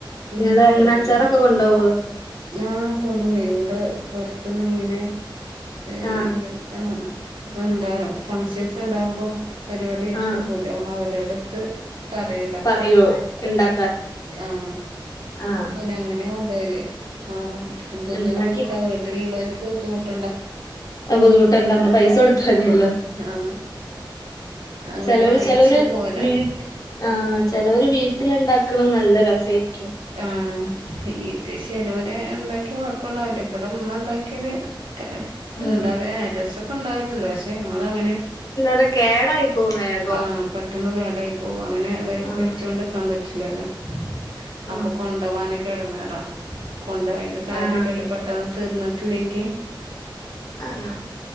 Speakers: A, on the left; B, on the right.
A: നിങ്ങള്
B: മ്മ് പറ്റാണെങ്കി
A: എങ്ങനെ അച്ചാറൊക്കെ കൊണ്ടോവോ
B: <unintelligible> ആ കൊണ്ട് പോയി ഇവടെ പൊർത്തിന്ന് മീന് ഇ
A: ആഹ്
B: ങ്ങനെ അ എന്താ ഫങ്ഷൻസ്ണ്ടാവുമ്പോ പരിപാടി ഏറ്റെടുക്കുല്ലോ
A: ആഹ്
B: അവരടുത്ത് പറയല
A: പറയോ ഇണ്ടാ
B: ആഹ്
A: ആ.
B: ഓനങ്ങനെ കൊണ്ടോവല് ആ ബുദ്ധിമുട്ടണ്ട
A: ഇണ്ടാക്കി
B: വീട്ടിലുള്ളോർക്ക് ബുദ്ധിമുട്ടേണ്ട
A: അ ബുദ്ധിമുട്ട്ണ്ടാ അമ്മള് പൈസ കൊട്ത്താതിയല്ലോ
B: ആഹ് അങ്ങനെ
A: ചെലോര്
B: വാങ്ങിച്ച്
A: ചെലോര്
B: പോരാ
A: വീട്ടി ആ ചെലൊര് വീട്ടി ഇണ്ടാക്ണ നല്ല രസായ്രിക്കും.
B: ആ ഇത് ചെലോല് ഇണ്ടാക്കിയ കൊയ്പ്പണ്ടാവൂല ഇബടെമ്മ ണ്ടാക് ക്കിയാല് ക
A: ഉം
B: ണ്ടാക ഏ രസൊക്കെ ണ്ടാവലിണ്ട് പശ്ശെ മ്മളങ്ങനെ
A: നെ കേടായി പോവും വേഗം
B: ആ പെട്ടന്ന് കേടായി പോവും അങ്ങനെ
A: ആഹ്
B: വെച്ചോണ്ടിക്കാൻ പറ്റില്ലല്ലോ
A: ഒന്നോ
B: അപ്പൊ കൊണ്ടോവാനൊക്കെ എടെങ്ങേറാ കൊണ്ടോയോണ്ട് കാര്യല്ലലോ
A: ആഹ്
B: പെട്ടന്ന് തീർന്നിട്ടില്ലെങ്കി
A: ആഹ്